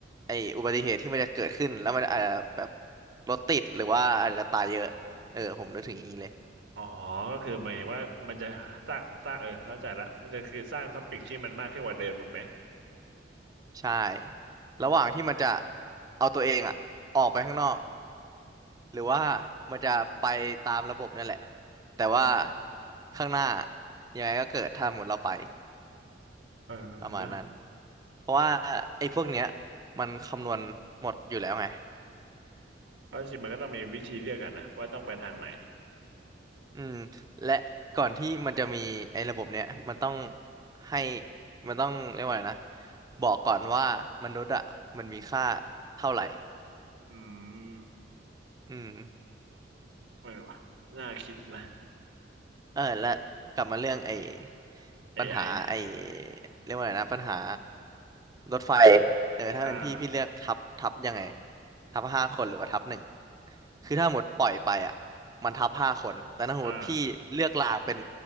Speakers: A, on the right; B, on the right.
A: ไอ้อุบัติเหตุที่มันจะเกิดขึ้นแล้วมันอาจจะแบบรถติดหรือว่าอาจจะตายเยอะเออผมนึกถึงอย่างนี้เลย
B: อ๋อก็คือหมายถึงว่ามันจะสร้างสร้างเออเข้าใจละมันจะคือสร้างท็อปิกที่มันมากขึ้นกว่าเดิมถูกไหม
A: ใช่
B: อืม
A: ระหว่างที่มันจะเอาตัวเองอ่ะออกไปข้างนอก หรือว่ามันจะไปตามระบบนั่นแหละแต่ว่า
B: อืม
A: ข้างหน้ายังไงก็เกิดถ้าหมดเราไป
B: เออเนาะ
A: ประมาณนั้นเพราะว่าไอ้พวกเนี้ยมันคำนวณหมดอยู่แล้วไง
B: เพราะจริงๆมันก็ต้องมีวิธีเลือกกันนะว่าต้องไปทางไหน
A: อืมและก่อนที่มันจะมีไอ้ระบบเนี้ยมันต้องให้มันต้องเรียกว่าไงนะบอกก่อนว่ามนุษย์อ่ะมันมีค่าเท่าไหร่
B: อืม
A: อืม
B: เออว่ะน่าคิดนะ
A: เออและกลับมาเรื่องไอ้
B: AI
A: ปัญหาไอ้
B: อไอ
A: เรียกว่าอะไรนะปัญหารถไฟเออถ้าเป็นพี่พี่เลือกทับทับยังไง
B: อ่า
A: ทับห้าคนหรือว่าทับหนึ่งคือถ้าหมดปล่อยไปอ่ะมันทับห้าคนแต่ถ้าสมมติพี่เลือกรางเป็น
B: อ่า